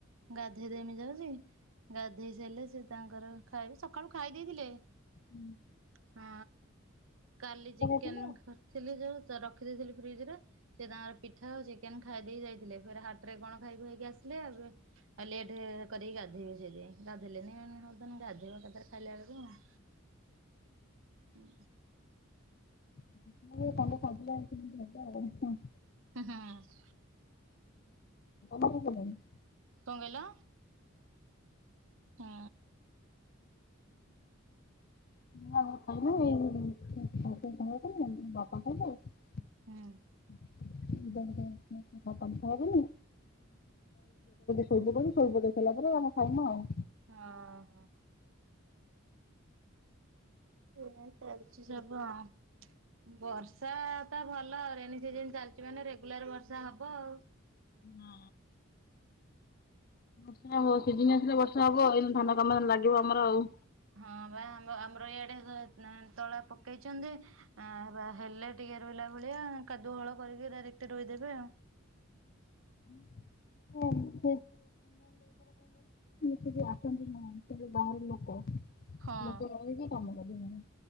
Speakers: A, on the right; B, on the left.
A: ଗାଧେଇ ଦେମି ଯାଉଚି। ଗାଧେଇ ସାଇଲେ ସେ ତାଙ୍କର ଖାଇବେ ସକାଳୁ ଖାଇ ଦେଇଥିଲେ।
B: ହୁଁ।
A: ହଁ କାଲି ଚିକେନ
B: ଖାଇଥିଲୁ
A: କରିଥିଲି ଯୋଉ ରଖିଦେଇଥିଲି ଫ୍ରିଜ ରେ। ସେ ତାଙ୍କର ପିଠା ଆଉ ଚିକ କେନ ଖାଇ ଦେଇ ଯାଇଥିଲେ। ଫେରେ ହାଟ ରେ କଣ ଖାଇ ଖୁଆକି ଆସିଲେ ଏବେ। ଆଉ ଲେଟ୍ କରିକି ଗାଧେଇବେ ସେଇତି ଗାଧେଇଲେନି ମୁଁ କହିଲି ହଉ ତାହାନେ ଗାଧୋଇବ ଏକାଥରକେ ଖାଇଲା ଆଳୁକୁ ଆଉ। ହୁଁ।
B: <unintelligible>
A: ହୁଁ ହୁଁ।
B: ତମେ ଖାଇସାଇଲଣି।
A: କଣ କିହିଲ। ହଁ।
B: <unintelligible>
A: ହୁଁ।
B: <unintelligible> ଆ ମୁଁ ତ ଝିଅଟା କୁ ଟିକେ ଶୋଇପକଉଛି ଶୋଇପକେଇ ସାରିଲା ପରେ ଆମେ ଖାଇମୁ ଆଉ।
A: ହଁ ହ। ଏମତୀ ଚାଲିଛି ସବୁ ଆଉ। ବର୍ଷା ତ ଭଲ ରେନି ସିଜିନ ଚାଲିଛି ମାନେ ରେଗୁଲାର ବର୍ଷା ହବ ଆଉ।
B: ହଁ। ବର୍ଷା ହବ ସିଜିନ ଆସିଲେ ବର୍ଷା ହବ ଏଇ ଧାନ କାମ ଲାଗିବ ଆମର ଆଉ।
A: ହଁ ବା ଆମ ଆମର ଇଆଡ଼େ ତଳା ପକେଇଛନ୍ତି ବା ହେଲେ ଟିକେ ରୋଇଲା ଭଳିଆ କାଦୁଅ ହଳ କରିକି ଡାଇରେକ୍ଟ ରୋଇଦେବେ ଆଉ।
B: <unintelligible> ଯୋଉ ଧାନ <unintelligible> ସେ ଯୋଉ ବାହାର ଲୋକ
A: ହଁ।
B: ଲୋକ ଲଗେଇକି କାମ କରିମି